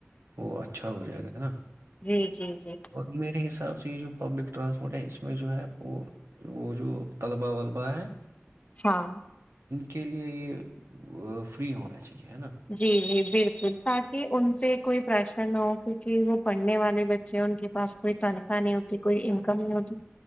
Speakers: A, on the right; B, on the left.
A: وہ اچھا ہو جائے گا نا
B: جی جی جی
A: اور میرے حساب سے یہ جو پبلک ٹرانسپورٹ ہے اس میں جو ہے وہ وہ جو طلبہ ولبا ہے
B: ہاں
A: کے لیے یہ فری ہونا چاہیے ہے نا
B: جی جی بالکل تاکہ ان پہ کوئی پریشر نہ ہو کیونکہ وہ پڑھنے والے بچے ہیں ان کے پاس کوئی تنخواہ نہیں ہوتی کوئی انکم نہیں ہوتی